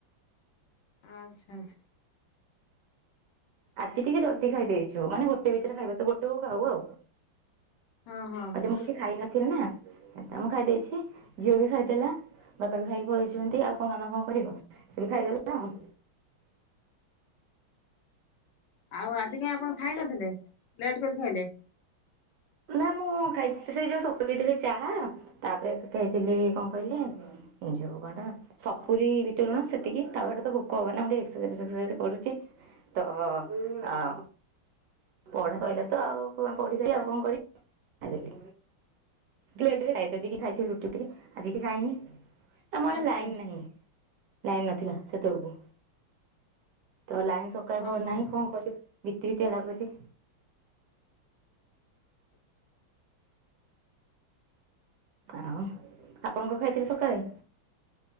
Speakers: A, on the left (about 70°); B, on the right (about 70°).
A: ଆଚ୍ଛା ଛା।
B: ଆଜି ଟିକେ ଜଲ୍ଦି ଖାଇ ଦେଇଚୁ। ମାନେ ଗୋଟେ ଭିତରେ ଖାଇବା ତ ଗୋଟେ ବେଉକୁ ଖାଉ ଆଉ।
A: ହଁ ହଁ ହଁ
B: ଆଜି ମୁଁ କିଛି ଖାଇନଥିଲି ନା ଏଥିପାଇଁ ମୁଁ ଖାଇ ଦେଇଛି
A: ଆଚ୍ଛା
B: ଝିଅ ବି ଖାଇଦେଲା। ବାପା ବି ଖାଇକି ପଳେଇଛନ୍ତି ଆଉ କଣ ଆମ କଣ କରିବ କି ଆଉରି ଏଇ ଖାଇଦଲେ ଯାହଉ।
A: ଆଉ ଆଜି କାଇଁ ଆପଣ ଖାଇନଥିଲେ? ଲେଟ୍ କରି ଖାଇଲେ।
B: ନା ମୁଁ ଖାଇଥିଲି ସେଇ ଯୋଉ <unintelligible> ଚାହା ତାପରେ ସେ ଖାଇଥିଲି କଣ କହିଲେ ଯଉ ଗଡା। ସପୁରୀ ବିଟଲୁଣ ସେତିକି ତାପରେ ତ ଭୋକ ହବନି ନା। ମୁଁ ଟିକେ ଏକ୍ସରସାଇଜ୍ କରୁଚି। ତ ଆ ପଢା କହିଲେ ତ ଆଉ ପଢି ସାରି ଆଉ କଣ କରିବି? ଖାଇଦେଲି। ଲେଟ୍ ରେ ଖାଇଚି ଜିଦି ଖାଇଥିବି ରୁଟି ଟିକେ ଆଉ କିଛି ଖାଇନି। ଆମ ଆଡେ
A: ଆଚ୍ଛା
B: ଲାଇନ
A: ଆଚ୍ଛା
B: ନାହିଁ। ଲାଇନ ନଥିଲା ସେତେବେଳକୁ ତ ଲାଇନ୍ ସ <unintelligible>
A: ହଁ ହଁ
B: ନାହିଁ କଣ କରିବି ବିତି ବିତିଆ ଲାଗୁଚି। ଆଉ ଆପଣ କ ଖାଇଥିଲେ ସକାଳେ?